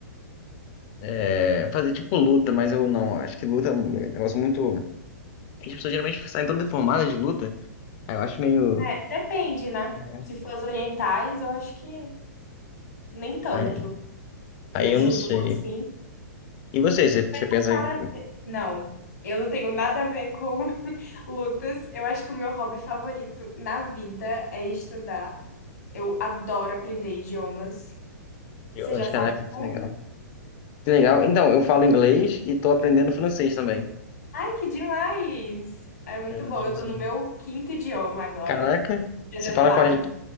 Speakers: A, on the left; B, on the left.
A: é, fazer tipo luta, mas eu não. Acho que luta é um negócio muito. As pessoas geralmente saem todas deformadas de luta. Aí eu acho meio.
B: Né? Depende, né?
A: é,
B: Se for as orientais, eu acho que nem tanto.
A: Aí, aí
B: Um
A: eu
B: judô
A: não sei.
B: assim,
A: E você, você, você pensa
B: um karatê.
A: em.
B: Não, eu não tenho nada a ver com <laughs> lutas. Eu acho que o meu hobby favorito na vida é estudar. Eu adoro aprender idiomas.
A: Deus,
B: Você já sabe?
A: Caraca, que
B: um?
A: legal. Que legal. Então, eu falo inglês e tô aprendendo francês também.
B: Ai, que demais! É muito
A: Aprendendo
B: bom.
A: francês.
B: Eu tô no meu quinto idioma agora,
A: Caraca,
B: aprendendo
A: você fala
B: árabe.
A: quais,